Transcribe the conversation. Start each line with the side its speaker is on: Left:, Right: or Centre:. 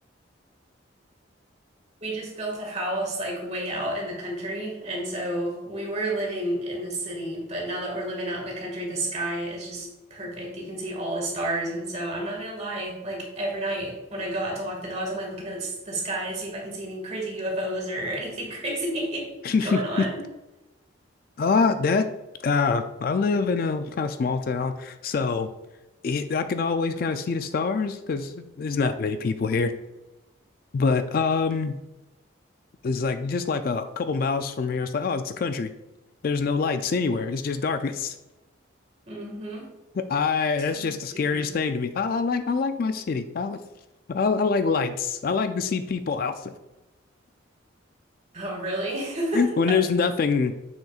Right: We just built a house like way out in the country. And so we were living in the city, but now that we're living out in the country, the sky is just perfect. You can see all the stars. And so I'm not gonna lie, like every night when I go out to walk the dogs, I'm like looking at the sky to see if I can see any crazy UFOs or anything <laughs> crazy
Left: <laughs>
Right: going on.
Left: Uh that uh I live in a kind of small town, so it I can always kind of see the stars because there's not many people here. But um. It's like just like a couple miles from here. It's like, oh, it's the country. There's no lights anywhere. It's just darkness.
Right: hmm
Left: <laughs> I
Right: It's
Left: that's
Right: completely
Left: just the scariest
Right: different.
Left: thing to me. I, I like I like my city. I, li- I I like lights. I like to see people out
Right: Oh, really? <laughs> You've
Left: <laughs> when there's nothing